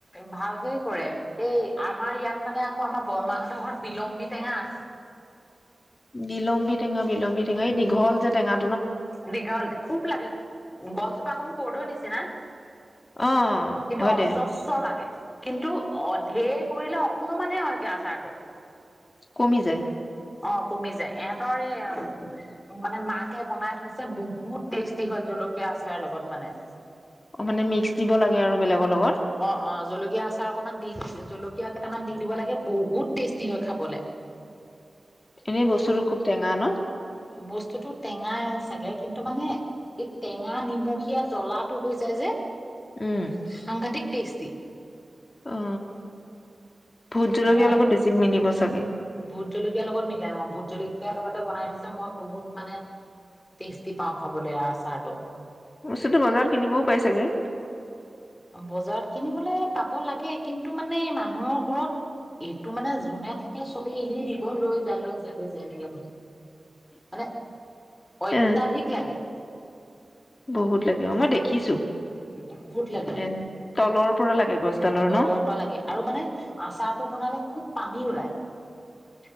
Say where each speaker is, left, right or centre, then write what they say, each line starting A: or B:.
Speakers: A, on the left (about 25°); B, on the left (about 50°).
A: ভালকেই কৰে এই আমাৰ ইয়াত মানে আকৌ আমাৰ বৰমাহঁতৰ ঘৰত বিলম্বী টেঙা আছে।
B: বিলম্বী টেঙা বিলম্বী টেঙা এই দীঘল যে টেঙা
A: দীঘল খুব লাগে গছজোপা অকণ কৰ্দৈ নিছিনা। কিন্তু
B: অ', হয়
A: অজস্ৰ
B: দে
A: লাগে, কিন্তু অধে কৰিলে অকমানহে হয়গে আচাৰটো।
B: কমি যায়।
A: অ কমি যায় ইহঁতৰ এই মানে মাকে বনাই থৈছে। যে বহুত টেষ্টি হয় জলকীয়া আচাৰৰ লগত মানে।
B: অ', মানে মিক্স দিব লাগে আৰু বেলেগৰ লগত।
A: অ', অ', জলকীয়া আচাৰ অকনমান দি জল জলকীয়া কেইটামান দি দিব লাগে বহুত টেষ্টি হয় খাবলে।
B: এনেই বস্তুো খুব টেঙা ন?
A: বস্তুটো টেঙাই চাগে কিন্তু মানে এই টেঙা, নিমখীয়া, জ্বলাটো হৈ যায় যে।
B: উম
A: সাংঘাতিক থ্ৰি
B: অ। ভোট জলকীয়া
A: মই
B: লগত বেছি মিলিব চবে
A: ভোট জলকীয়া লগত মিলাই অ', ভোট জলকীয়া লগতে বনাই থৈছে মই বহুত মানে টেষ্টি পাওঁ খাবলে আচাৰটো।
B: বস্তুটো বজাৰত কিনিবও পাই চাগে।
A: বজাৰত কিনিবলে পাব লাগে কিন্তু মানে মানুহৰ ঘৰত এইটো মানে যোনে থাকে চবে এনে দিব লৈ যা লৈ যা লৈ যা এনেকে বুলি। মানে অত্যাধিক
B: এ
A: লাগে।
B: বহুত লাগে অ', মই দেখিছো।
A: বহুত লাগে,
B: এ তলৰ পৰা লাগে গছডালৰ
A: তলৰ
B: ন
A: পৰা লাগে আৰু মানে আচাৰটো বনালে খুব পানী উলাই।